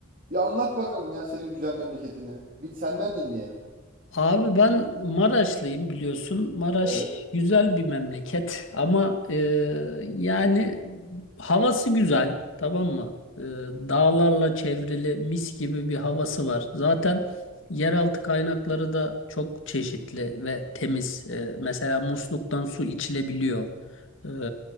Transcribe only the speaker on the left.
Abi ben Maraşlıyım biliyorsun. Maraş
güzel bir memleket ama e, yani havası güzel tamam mı? E, dağlarla çevrili mis gibi bir havası var. Zaten yeraltı kaynakları da çok çeşitli ve temiz. E, mesela musluktan su içilebiliyor. E,